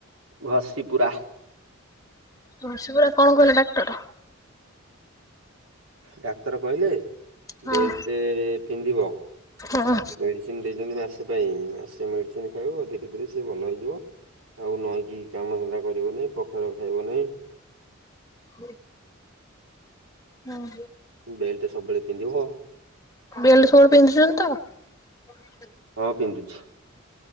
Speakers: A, on the right; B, on the left.
A: ଘସିିପୁରା,
B: ଘଶିପୁରା କଣ କହିଲା ଡାକ୍ତର?
A: ଡାକ୍ତର କହିଲେ,
B: ହଁ
A: ବେଲଟ ପିନ୍ଧିବ
B: ହଁ
A: ମେଡିସିନ ଦେଇଛନ୍ତି ମା ସେ ପାଇଁ ମାସେ ମେଡ଼ିସିନ ଖାଇବ ଅଧିକ ସେଥିରେ ସିଏ ଭଲ ହେଇଯିବ, ଆଉ ନଈଁ କିି କାମ ଧନ୍ଦା କରିବ ନାାଇଁ ପଖାଳ ଖାଇବ ନାହିଁ,
B: ନ ହଁ,
A: ବେଲ୍ଟ ସବୁବେଳେ ପିନ୍ଧିବ,
B: ବେଲଟ ସବୁବେଳେ ପିନ୍ଧୁଛନ୍ତି ତ,
A: ହଁ ପିନ୍ଧୁଛି,